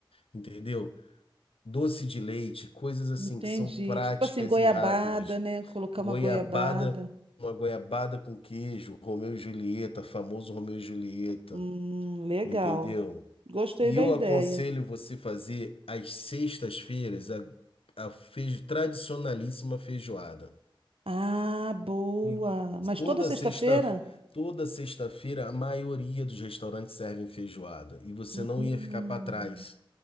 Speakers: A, on the left; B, on the right.
A: entendeu? Doce de leite, coisas assim
B: Entendi.
A: que são práticas
B: Tipo assim, goiabada,
A: e rápidas.
B: né? Colocar
A: Goiabada,
B: uma goiabada.
A: uma goiabada com queijo, Romeu e Julieta, famoso Romeu e Julieta,
B: Hum, legal.
A: entendeu?
B: Gostei
A: E
B: da
A: eu
B: ideia.
A: aconselho você fazer às sextas-feiras a, a feijo, tradicionalíssima feijoada.
B: Ah, boa.
A: E
B: Mas
A: toda
B: toda sexta-feira?
A: sexta, toda sexta-feira, a maioria dos restaurantes servem feijoada. E você
B: Hum,
A: não ia ficar para trás.